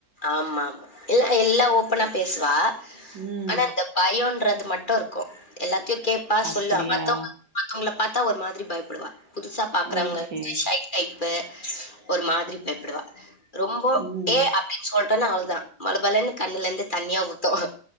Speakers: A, on the left; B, on the right.
A: ஆமா ஆமா எ எல்லா ஓப்பனா பேசுவா
B: ம்.
A: ஆனா இந்த பயொன்றது மட் டொ இருக்கொ எல்லாத்தையு கேப்பா
B: அப்டியா?
A: சொல்லா மத்தவங்க மத்தவங்கள பாத்தா ஒரு மாதிரி பயப்புடுவா புதுசா பாக்கறங்க
B: ஓகே.
A: ஷை டைப் பு ஒரு மாதிரி பயப்புடுவா ரொம்
B: ம்.
A: ஏ அப்பின்னு சொல் டோனா அவ்ளோதா மழபழன்னு கண்ணுல இருந்து தண்ணியா ஊத்தோ வ